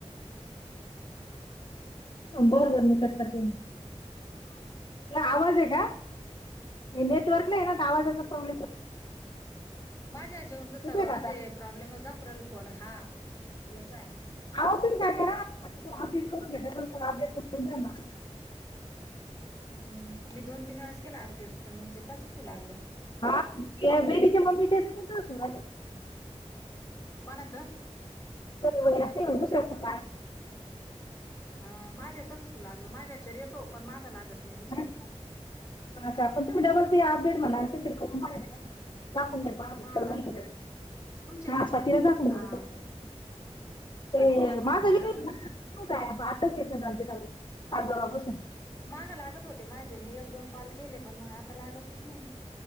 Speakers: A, on the left (about 45°); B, on the left (about 30°).
A: बर बर मी कट करते मग. आवाज आहे का नेटवर्क नाही आहे ना तर आवाजाचा प्रॉब्लेम.
B: माझ्या ह्याच्यावून तर
A: येतोय
B: सर्वांमध्ये.
A: का आता
B: प्रॉब्लेमच दाखु रायला फोन हा, येतोय आता.
A: अहो तुम्ही काय करा अपडेट करून घ्या. डबल करा अपडेट करून द्या ना
B: हम्म मी दोन तीन वेळेस केला अपडेट पण मग ते तसंच होऊ लागलं.
A: हा मी त्या वेदीच्या मम्मीच्या <unintelligible>
B: कोणाचं.
A: वगैर अस नाही म्हण दुसऱ्याच <inaudible>
B: हा माझे तसंच होऊ लागलं माझ्या ह्याच्यावर येतो, पण माझा लागत नाही दुसऱ्याला.
A: हा हा का पण तुम्ही डबल ती अपडेट म्हण ते तरी करून पहा दाखून द्या त्याला
B: पाहावं लागन
A: माहिती
B: करून तुमचे
A: हा स्वातीला दाखून
B: आ
A: देल <inaudible>
B: स्वातीलाच
A: ते
B: म्हणावं
A: माझ ही
B: लागन
A: काही आताच एक झालते सग काल परवा पासून <inaudible>
B: माग लागत होते माझे मी एक दोन कॉल केले पण मग आता लागतच नाही.